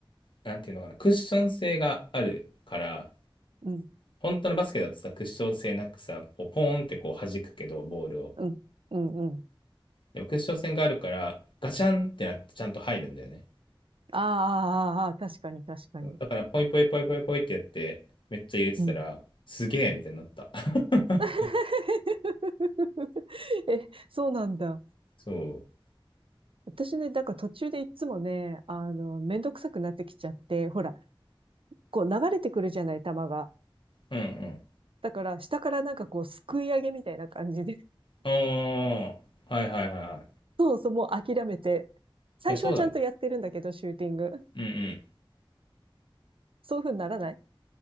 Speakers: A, on the left; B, on the right.
A: なんていうのかな、クッション性があるから、
B: うん。
A: 本当のバスケだとさ、クッション性なくさ、こうポーンってこう弾くけど、ボールを。
B: うん。うん。うん。
A: でもクッション性があるから、ガチャンってなってちゃんと入るんだよね。
B: ああ、あーあー、あー確かに確かに。
A: だから、ポイポイポイポイポイってやって、めっちゃ入れてたら、
B: うん。
A: すげえみたいになった。<laughs>
B: <laughs> え、そうなんだ。
A: そう。
B: 私ね、だから途中でいつもね、あの、めんどくさくなってきちゃって、ほら、こう流れてくるじゃない、球が。
A: うんうん。
B: だから、下からなんかこう、すくい上げみたいな感じで。
A: ああ、はいはいはいは
B: <laughs> そうそう、もう諦めて。最初はちゃんとやってるんだけど、
A: い。いや、そうだね。
B: シューティング。
A: うん
B: そういう風にならない